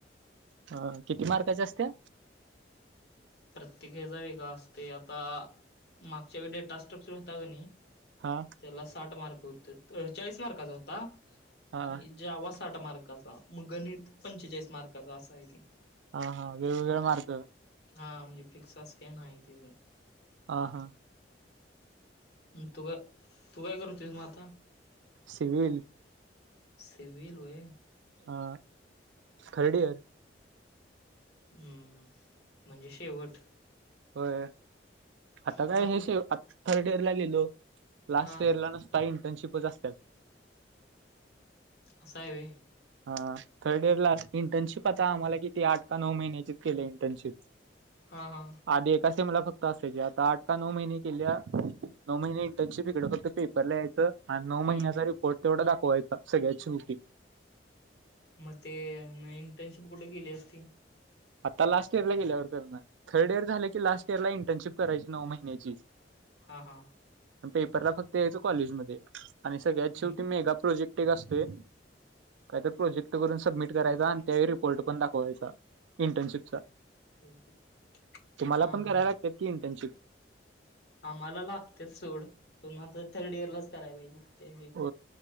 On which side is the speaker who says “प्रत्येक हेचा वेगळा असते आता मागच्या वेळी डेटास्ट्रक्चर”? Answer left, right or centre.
Left